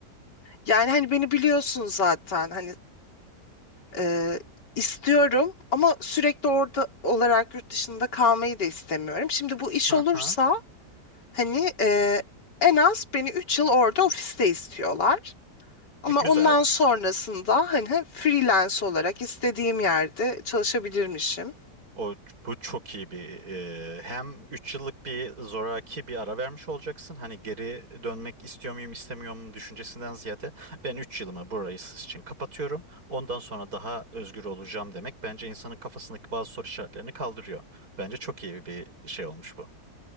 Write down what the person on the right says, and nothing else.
Hı
hı.
E, güzel.
O, bu çok iyi bir e, hem 3 yıllık bir zoraki bir ara vermiş olacaksın. Hani geri dönmek istiyor muyum istemiyor muyum düşüncesinden ziyade ben 3 yılımı burayı siz için kapatıyorum. Ondan sonra daha özgür olacağım demek bence insanın kafasındaki bazı soru işaretlerini kaldırıyor. Bence çok iyi bir şey olmuş bu.